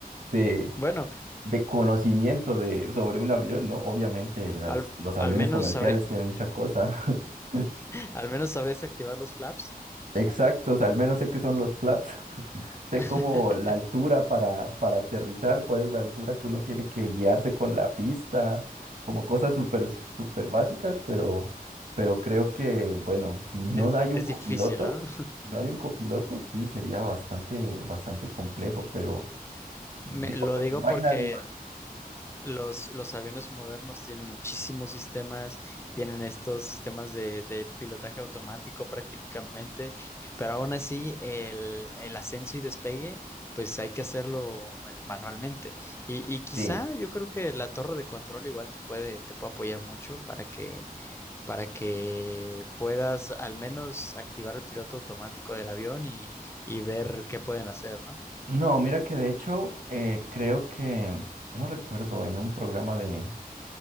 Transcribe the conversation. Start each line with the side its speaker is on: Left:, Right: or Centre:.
Right: de
Left: Bueno,
Right: de conocimiento de, sobre un avión, ¿no? Obviamente, las,
Left: al,
Right: los aviones
Left: al menos
Right: comerciales
Left: sabrí-
Right: tienen mucha cosa. <laughs>
Left: <laughs> al menos sabrías activar los flaps.
Right: Exactos, al menos sé que son los flaps. <laughs> Sé
Left: <laughs>
Right: como la altura para, para aterrizar, cuál es la altura que uno tiene que guiarse con la pista, como cosas súper, súper básicas, pero, pero creo que, bueno, si no
Left: Es,
Right: hay
Left: es
Right: un copiloto,
Left: difícil, ¿no?
Right: si no hay un copiloto, sí sería bastante, bastante complejo, pero
Left: <laughs> Me-
Right: digo,
Left: lo
Right: pues
Left: digo
Right: si no
Left: porque
Right: hay nadie más.
Left: los, los aviones modernos tienen muchísimos sistemas, tienen estos sistemas de, de pilotaje automático prácticamente, pero aún así el, el ascenso y despegue, pues hay que hacerlo eh, manualmente. Y, y quizá
Right: Sí.
Left: yo creo que la torre de control igual te puede, te puede apoyar mucho para que para que puedas al menos activar el piloto automático del avión y, y ver qué pueden hacer, ¿no?
Right: No, mira que de hecho eh, creo que, no recuerdo, en un programa de,